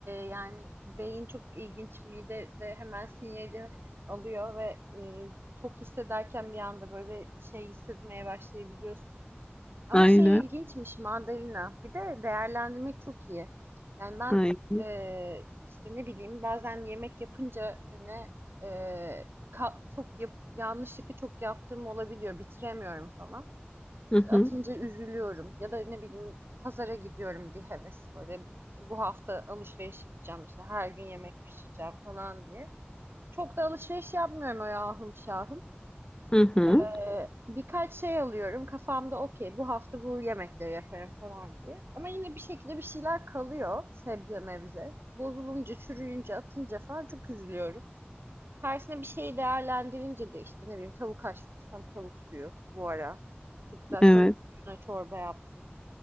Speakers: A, on the right; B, on the left.
A: yani beyin çok ilginç. Mide de hemen sinyali alıyor ve e, tok hissederken bir anda böyle şey hissetmeye başlayabiliyorsun. Ama
B: Aynen.
A: şey ilginçmiş mandalina. Bir de değerlendirmek çok iyi. Yani ben
B: Aynen.
A: eee, işte ne bileyim bazen yemek yapınca hani eee, ka- çok yap- yanlışlıkla çok yaptığım olabiliyor. Bitiremiyorum falan.
B: Hı
A: İşte
B: hı.
A: atınca üzülüyorum. Ya da ne bileyim pazara gidiyorum bir heves böyle "E, bu hafta alışveriş yapacağım işte her gün yemek pişireceğim falan diye. Çok da alışveriş yapmıyorum o ahım şahım.
B: Hı hı.
A: Ee, birkaç şey alıyorum kafamda okey bu hafta bu yemekleri yaparım falan diye. Ama yine bir şekilde bir şeyler kalıyor sebze mevze. Bozulunca, çürüyünce, atınca falan çok üzülüyorum. Tersine bir şeyi değerlendirince de işte ne bileyim tavuk haşladıysam tavuk suyu bu ara. Çok güzel
B: Evet.
A: tavuk suyuna çorba yaptım.